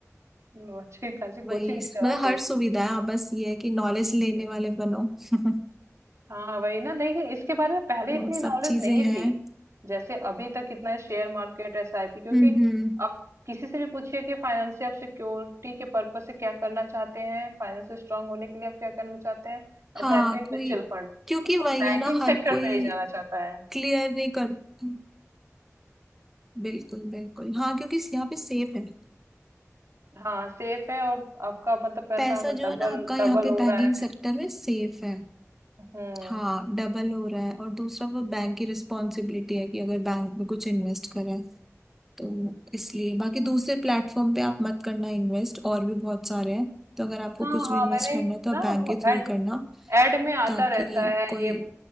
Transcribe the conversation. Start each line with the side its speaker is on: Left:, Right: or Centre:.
Right: हम्म, अच्छी खासी कोचिंग
Centre: वही
Right: भी चलाते
Centre: मतलब हर सुविधा है आप बस ये है कि नॉलेज लेने
Right: हैं
Centre: वाले बनो <laughs>
Right: हाँ वही ना लेकिन इसके बारे में पहले
Centre: तो
Right: इतनी नॉलेज
Centre: सब चीजें
Right: नहीं
Centre: हैं
Right: थी जैसे अभी तक इतना शेयर मार्केट एसआईपी क्योंकि
Centre: हम्म हम्म
Right: अब किसी से भी पूछिए कि फाइनेंस से आप सिक्योरिटी के पर्पज से क्या करना चाहते हैं फाइनेंस स्ट्रांग होने के लिए आप क्या करना चाहते हैं
Centre: हाँ
Right: एसआईपी
Centre: कोई
Right: म्यूचुअल फंड
Centre: क्योंकि
Right: अब कोई
Centre: वही
Right: बैंकिंग
Centre: है ना हर
Right: सेक्टर
Centre: कोई
Right: में नहीं जाना चाहता है
Centre: क्लियर नहीं करता बिल्कुल बिल्कुल हाँ क्योंकि यहाँ पे सेफ है
Right: हाँ सेफ है और आपका मतलब पैसा
Centre: पैसा
Right: अगर
Centre: जो
Right: डबल
Centre: है ना आपका यहाँ
Right: डबल
Centre: पे
Right: हो रहा
Centre: बैंकिंग सेक्टर
Right: है
Centre: में सेफ है
Right: हम्म
Centre: हाँ डबल हो रहा है और दूसरा वो बैंक की रिस्पॉन्सिबिलिटी है कि अगर बैंक में कुछ इन्वेस्ट करें तो इसलिए बाकी दूसरे प्लेटफॉर्म पे आप मत करना इन्वेस्ट और भी बहुत सारे हैं तो अगर आपको
Right: हाँ
Centre: कुछ
Right: हाँ
Centre: भी इन्वेस्ट
Right: मैंने
Centre: करना है तो आप
Right: ना
Centre: बैंक
Right: वो
Centre: के थ्रू ही करना
Right: ऐड में आता
Centre: ताकि
Right: रहता है
Centre: कोई
Right: ये